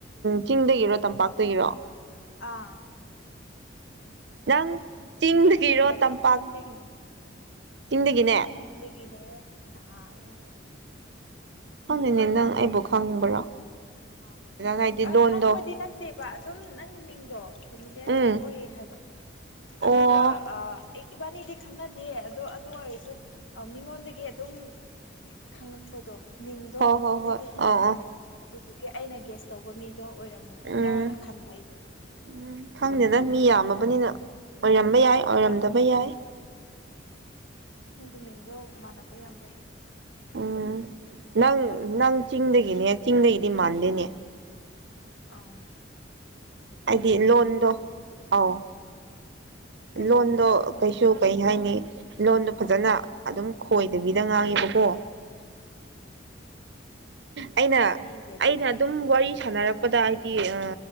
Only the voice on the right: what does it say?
ꯆꯤꯡꯗꯒꯤꯔꯣ ꯇꯝꯄꯥꯛꯇꯒꯤꯔꯣ
ꯅꯪ ꯆꯤꯡꯗꯒꯤꯔꯣ
ꯇꯝꯄꯥꯛ
ꯆꯤꯡꯗꯒꯤꯅꯦ
ꯈꯪꯅꯤꯅꯦ
ꯅꯪ ꯑꯩꯕꯨ ꯈꯪꯕ꯭ꯔꯣ ꯍꯥꯏꯗꯤ
ꯂꯣꯟꯗꯣ
ꯎꯝ
ꯑꯣ
ꯍꯣꯏ ꯍꯣꯏ
ꯍꯣꯏ
ꯑꯥ ꯑꯥ
ꯎꯝ
ꯎꯝ ꯈꯪꯗꯦꯗ ꯃꯤ ꯌꯥꯝꯃꯕꯅꯤꯅ ꯑꯣꯏꯔꯝꯕ ꯌꯥꯏ ꯑꯣꯏꯔꯝꯗꯕ
ꯌꯥꯏ
ꯎꯝ ꯅꯪ ꯅꯪ ꯆꯤꯡꯗꯒꯤꯅꯦ ꯆꯤꯡꯗꯒꯤꯗꯤ ꯃꯥꯜꯂꯤꯅꯦ
ꯍꯥꯏꯗꯤ ꯂꯣꯟꯗꯣ ꯑꯧ
ꯂꯣꯟꯗꯣ ꯀꯩꯁꯨ ꯀꯩ ꯍꯥꯏꯅꯤ ꯂꯣꯟꯗꯣ ꯐꯖꯅ ꯑꯗꯨꯝ ꯈꯣꯏꯗꯕꯤꯗ ꯉꯥꯡꯉꯦꯕꯀꯣ ꯑꯩꯅ
ꯑꯩꯅ ꯑꯗꯨꯝ ꯋꯥꯔꯤ ꯁꯥꯟꯅꯔꯛꯄꯗ ꯍꯥꯏꯗꯤ ꯑ